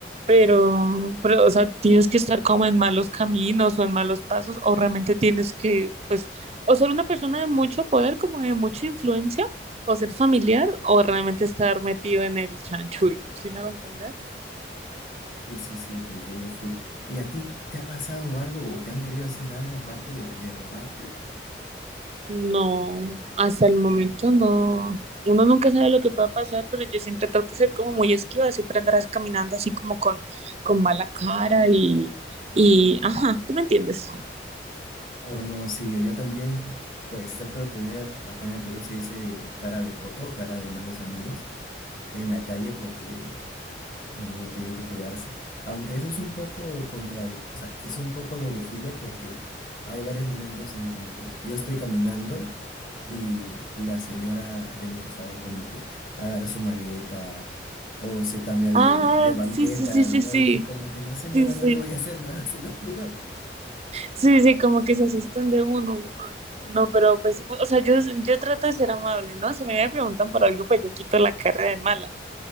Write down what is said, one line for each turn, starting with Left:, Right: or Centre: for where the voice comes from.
Right: Pero, pero, o sea, tienes que estar como en malos caminos o en malos pasos, o realmente tienes que, pues, o ser una persona de mucho poder, como de mucha influencia, o ser familiar, o realmente estar metido en el chanchullo, ¿sí me hago entender?
Left: Sí, sí, sí, te entiendo full. ¿Y a ti te ha pasado algo o te han querido hacer algo aparte de, de robarte?
Right: No, hasta el momento no. Uno nunca sabe lo que pueda pasar, pero yo siempre trato de ser como muy esquiva, siempre andarás caminando así como con, con mala cara y, y, ajá, ¿tú me entiendes?
Left: Oh, no, sí, yo también, pues trato de poner, acá en el Perú se dice cara de poto, cara de malos amigos, en la calle porque no, uno tiene que cuidarse. Aunque eso es un poco contradictorio, o sea, es un poco doble filo porque hay varios momentos en como que yo estoy caminando y la señora de mi costado como que agarra su maleta o se cambia de,
Right: Ah,
Left: de banqueta,
Right: sí, sí, sí, sí,
Left: ¿no?
Right: sí,
Left: Y es como que no, señora,
Right: sí, sí,
Left: no le voy a hacer nada, <laughs> se lo juro.
Right: sí, sí, como que se asustan de uno. Ay, No, pero pues, o sea, yo, yo trato de ser amable, ¿no? Si me preguntan por algo, pues yo quito la cara de mala,